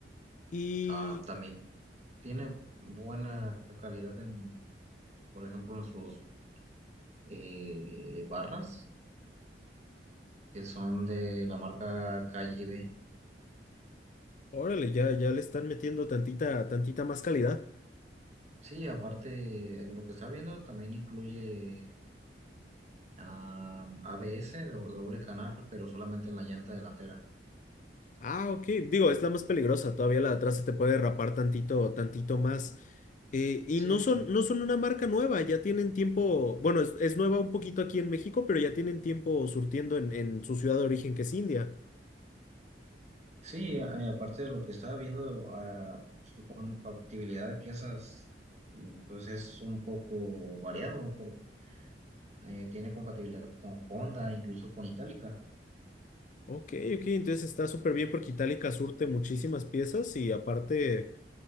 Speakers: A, on the left (about 45°); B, on the right (about 40°).
A: Y
B: Ah, también tiene buena calidad en, por ejemplo, en sus eh, barras, que son de la marca Calle B.
A: órale, ya, ya le están metiendo tantita, tantita más calidad.
B: Sí, aparte lo que está viendo también incluye ah, ABS, do- doble canal, pero solamente en la llanta delantera.
A: Ah, ok. Digo, es la más peligrosa. Todavía la de atrás se te puede derrapar tantito, tantito más. Eh, y
B: Sí,
A: no
B: pero
A: son, no son una marca nueva, ya tienen tiempo. Bueno, es, es nueva un poquito aquí en México, pero ya tienen tiempo surtiendo en, en su ciudad de origen, que es India.
B: Sí, a- eh, aparte de lo que estaba viendo, ah, su compatibilidad de piezas, mm, pues es un poco variado, por- eh, tiene compatibilidad con Honda, incluso con Itálica.
A: Ok, ok, entonces está súper bien porque Itálica surte muchísimas piezas y aparte.